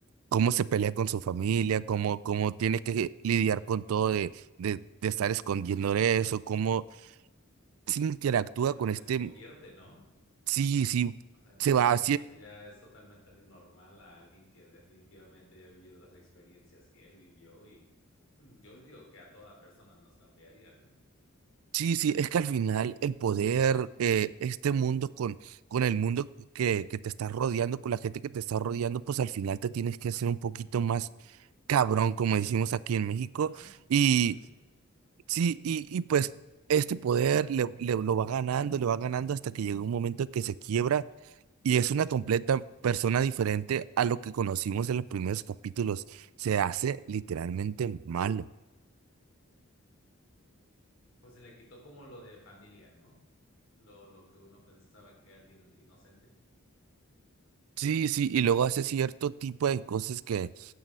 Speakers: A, on the right (about 85°); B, on the left (about 70°).
A: cómo se pelea con su familia, cómo, cómo tiene que lidiar con todo de, de, de estar escondiendo eso, cómo se interactúa
B: En
A: con
B: lo
A: este,
B: que se convierte, ¿no?
A: sí, sí,
B: O sea, en
A: se
B: lo que
A: va,
B: se convierte ya es totalmente alguien normal, a alguien que definitivamente ya ha vivido las experiencias que él vivió y yo digo que a toda persona nos cambiaría, ¿no?
A: Sí, sí, es que al final el poder, eh, este mundo con, con el mundo que, que te está rodeando, con la gente que te está rodeando, pues al final te tienes que hacer un poquito más cabrón, como decimos aquí en México.
B: Ujú.
A: Y
B: No sé, sí.
A: sí, y, y pues este poder le, le- lo va ganando, le va ganando hasta que llega un momento que se quiebra y es una completa persona diferente a lo que conocimos en los primeros capítulos. Se hace literalmente malo.
B: Pues se le quitó como lo de familia, ¿no? lo, lo que uno pensaba que alguien inocente.
A: Sí, sí, y luego hace cierto tipo de cosas que,